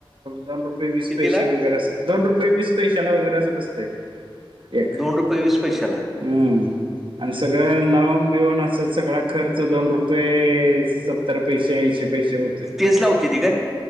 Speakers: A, on the right; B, in the centre.
A: दोन रुपये वीस
B: कितीला
A: पैसे वगैरे अस. दोन रुपये वीस पैशाला वगैरे असं बसतय. एक.
B: दोन रुपये वीस पैशाला
A: हम्म. आणि सगळ लावून बिऊन अस- अस सगळा खर्च, दोन रुपये सत्तर पैसे ऐंशी पैसे होत-
B: तेच लावतेती काय?